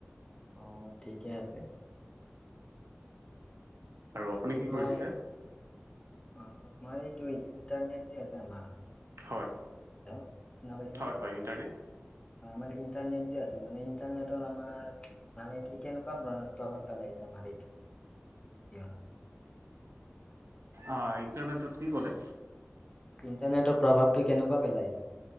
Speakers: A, on the left; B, on the right.
A: অ', ঠিকে আছে
B: আৰু আপুনি
A: মই
B: কি কৰিছে?
A: অ', <unintelligible> এইটো ইণ্টাৰনেট যি আছে আমাৰ
B: হয়।
A: হেল্ল' শুনা পাইছেনে?
B: হয় হয় ইণ্টাৰনেট
A: মানে ইণ্টাৰনেট যে আছে, মে ইণ্টাৰনেটৰ আমাৰ মানে কি, কেনেকুৱা প্ৰভাৱ পেলাইছে আমাৰ এইটো ইহত
B: অ', ণ্টাৰনেটত কি ক'লে
A: ইণ্টাৰনেটৰ প্ৰভাৱটো কেনেকুৱা পেলাইছে?